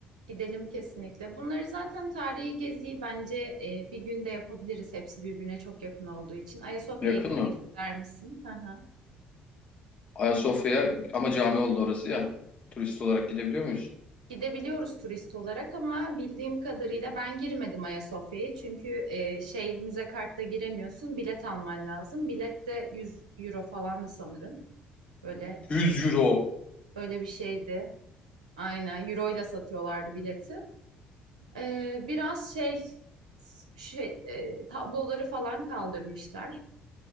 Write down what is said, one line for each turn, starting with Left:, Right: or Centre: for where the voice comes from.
Right: gidelim kesinlikle. Bunları zaten tarihi geziyi bence e, bir günde yapabiliriz. Hepsi birbirine çok yakın olduğu için. Ayasofya'ya
Left: Yakın
Right: gitmek
Left: mı?
Right: ister misin? <laughs>
Left: Ayasofya ama cami oldu orası ya. Turist olarak gidebiliyor muyuz?
Right: Gidebiliyoruz turist olarak ama bildiğim kadarıyla ben girmedim Ayasofya'ya. Çünkü e, şey müze kartla giremiyorsun, bilet alman lazım. Bilet de 100 euro falan mı sanırım. Böyle
Left: 100 euro.
Right: öyle bir şeydi. Aynen euro ile satıyorlardı bileti. E, biraz şey, şey e, tabloları falan kaldırmışlar.